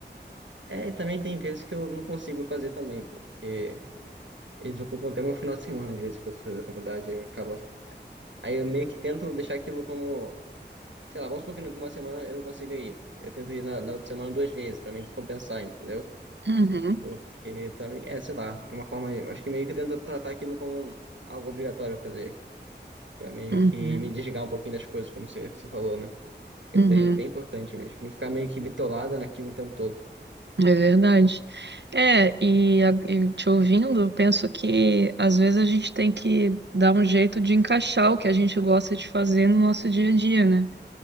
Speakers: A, on the right; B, on the right.
A: É, e também tem vezes que eu não consigo fazer também, pô, porque eles ocupam até meu final de semana, às vezes, quando eu fazer a faculdade, aí eu acaba... Aí eu meio que tento deixar aquilo como, sei lá, vamos supor que numa semana eu não consiga ir. Eu tento ir na, na outra semana duas vezes, pra meio compensar, entendeu?
B: Uhum,
A: Porque também, é, sei lá, é uma forma, eu acho que meio que tento tratar aquilo como um, algo obrigatório eu fazer, pra meio
B: uhum,
A: que me desligar um pouquinho das coisas, como você, você falou, né? Acho que
B: uhum.
A: é bem, bem importante mesmo, não ficar meio que bitolado naquilo o tempo todo.
B: É verdade. É, e, a- e te ouvindo, eu penso que às vezes a gente tem que dar um jeito de encaixar o que a gente gosta de fazer no nosso dia a dia, né?